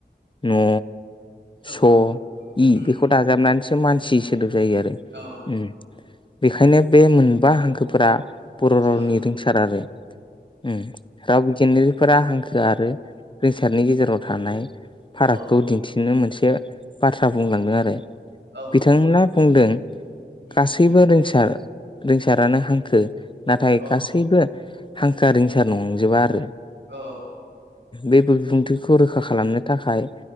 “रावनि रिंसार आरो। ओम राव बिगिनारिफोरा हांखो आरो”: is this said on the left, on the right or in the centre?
Left